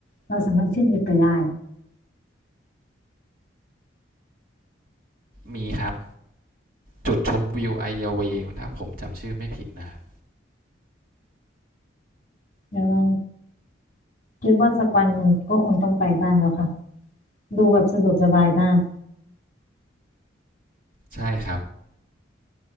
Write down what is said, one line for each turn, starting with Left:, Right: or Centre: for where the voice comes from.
Left: เราสามารถขึ้นยิปไปได้
Right: มีครับ จุดชมวิวไอเยาเวงถ้าผมจำชื่อไม่ผิดนะครับ
Left: เดี๋ยวเราคิดว่าสักวันหนึ่งก็คงต้องไปบ้างแล้วค่ะดูแบบสะดวกสบายมาก
Right: ใช่ครับ